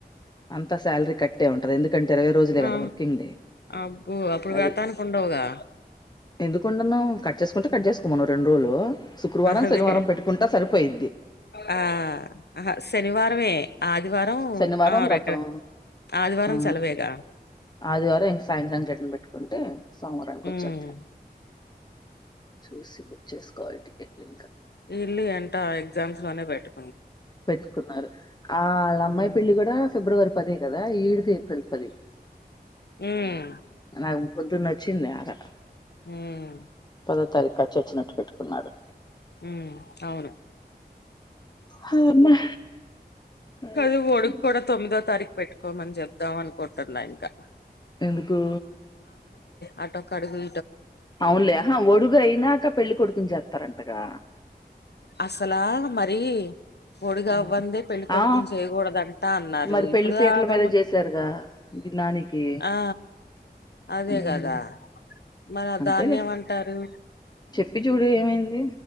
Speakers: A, on the left; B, on the left.
A: అంతా సాలరీ కట్టే ఉం ఎందుంటే ఇరవై రోజులే కదా
B: ఆ
A: వర్కింగ్ డే
B: అబ్బో అప్పుడు
A: అది
B: వ్రతానికి ఉండవుగా
A: ఎందుకుండను కట్ చేసుకుంటే కట్ చేసుకోమను రెండు రోజులు శుక్రవారం
B: అదే
A: శనివారం పెట్టుకుంటా సరిపోయిం
B: ఆ ఆహా శనివారంమే ఆదివారం
A: శనివారం
B: ఆ
A: వ్రతం
B: రెండు ఆదివారం
A: ఆ
B: సెలవేగా
A: ఆదివారం ఇంక సాయంత్రానికి రిటర్న్ పెట్టుకుంటే సోమవారానికి వచ్చేస్తాం
B: ఉమ్
A: చూసి చేసుకోవాలి టికెట్లు ఇంకా
B: ఇల్లు ఏంటో ఎగ్జామ్స్ లోనే పెట్టు
A: పెట్టుకున్నారు ఆళ్ళ
B: ఉమ్
A: అమ్మాయి పెళ్లి కూడా ఫిబ్రవరి పదే కదా ఈడిది పది పది
B: ఉమ్
A: నాకు పొద్దున్న వచ్చింది ఆరా
B: ఉమ్
A: పదో తారీఖు అచ్చొచ్చినట్టు పెట్టుకున్నారు
B: ఉమ్ అవును
A: హమ్మా! అది
B: కదు ఒడుక్
A: సంగతి.
B: కూడా తొమ్మిదో తారీఖు పెట్ మని చెబుదాం అనుకుంటున్నా ఇంకా
A: ఎందుకు
B: ఆటో కడుగు
A: అవునులే ఆహా ఒడుగు అయినాక పెళ్లి కొడుకుని చేస్తారంటగా
B: అస్సలా మరి ఒడిగా
A: ఆ
B: అవ్వందే పెళ్లి కొడుకుని
A: ఆ,
B: చేయకూడదంటా అన్నారు
A: మరి పెళ్లి
B: ఇప్పుడు
A: పీటల
B: దాకా
A: మీద చేసారుగా నానికి
B: ఆ అదే
A: ఉమ్
B: కదా మరి
A: అంతేలే
B: దాన్నేమంటారు
A: చెప్పి చూడు ఏమైంది